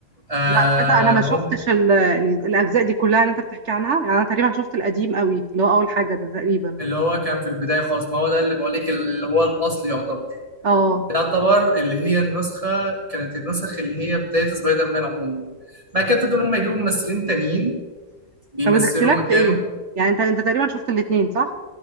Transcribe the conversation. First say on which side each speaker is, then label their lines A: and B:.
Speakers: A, on the right; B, on the right.
A: آه
B: لا تصدق أنا ما شفتش
A: هم
B: ال- ال- الأجزاء دي كلها اللي أنت بتحكي عنها يعني أنا تقريبا شفت القديم قوي اللي هو أول حاجة ده تقريبا
A: اللي هو كان في البداية خالص ما هو ده اللي بقول لك اللي هو الأصل يعتبر
B: اه
A: ده يعتبر اللي هي النسخة كانت النسخ اللي هي بداية سبايدر مان عموما بعد كده ابتدوا إن هم يجيبوا ممثلين تانيين بيمثلوا
B: طب الاختلاف
A: مكانه
B: في ايه يعني انت انت تقريبا شفت الاتنين صح